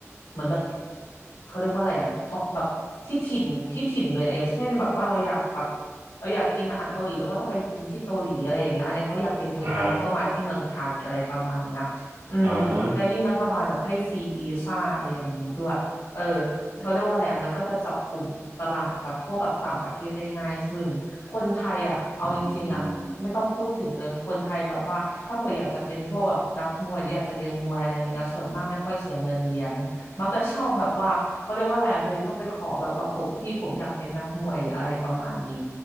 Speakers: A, on the left; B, on the right.
A: เหมือนแบบเขาเรียกว่าอะไรอ่ะท็อปแบบที่ถิ่นที่ถิ่นเลยอะอย่างเช่นแบบว่าเราอยากแบบเราอยากกินอาหารเกาหลีเราก็ต้องไปกินที่เกาหลีอะไรอย่างเงี้ยอันเนี้ยเขาอยากเรียนมวยไทยเขาก็มาที่เมืองไทยอะไรประมาณเนี้ย
B: อ่า
A: อืมแล้วยิ่งรัฐบาลแบบให้ฟรีวีซ่าอะไรอย่างนี้ด้วยเออ
B: อ่าฮะ
A: เขาเรียกว่าอะไรอ่ะมันก็จะเจาะกลุ่มตลาดแบบพวกแบบต่างประเทศได้ง่ายขึ้นคนไทยอ่ะเอาจริงๆอ่ะ
B: อืม
A: ไม่ต้องพูดถึงเลย คนไทยแบบว่าถ้าเผื่ออยากจะเป็นพวกแบบนักมวยหรืออยากจะเรียนมวยอะไรอย่างเงี้ยส่วนมากไม่ค่อยเสียเงินเรียนมักจะชอบแบบว่าเขาเรียกว่าอะไรอะเดินเข้าไปขอแบบว่าผมพี่ผมอยากเป็นนักมวยหรืออะไรประมาณนี้